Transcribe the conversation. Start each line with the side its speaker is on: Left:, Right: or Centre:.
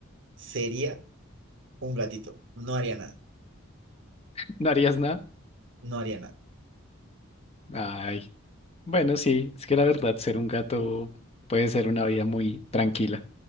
Right: sería un gatito. No haría nada.
Left: <laughs> ¿No harías nada?
Right: No haría nada.
Left: Ay, bueno, sí, es que la verdad, ser un gato puede ser una vida muy tranquila.